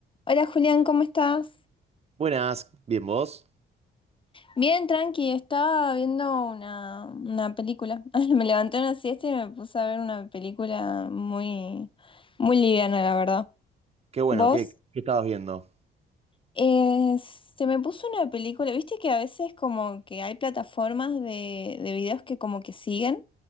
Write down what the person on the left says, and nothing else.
Hola Julián, ¿cómo estás?
Bien, tranqui, estaba viendo una, una película. <laughs> Ay, Me levanté una siesta y me puse a ver una película muy, muy liviana, la verdad.
¿Vos?
Eh, se me puso una película, viste que a veces como que hay plataformas de, de videos que como que siguen,